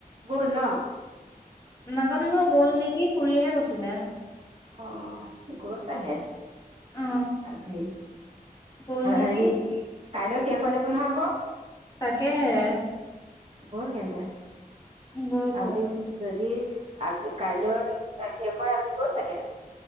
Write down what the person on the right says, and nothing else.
গল ন
অ', গ'ল চাগে।
আজি
হেৰি কাইলৈ শেষ হৈ যাব নহয় আকৌ
গ'ল সিহঁতে,
আজি
যদি আজি কাইলৈ ৰখি আকৌ আজি গল চাগে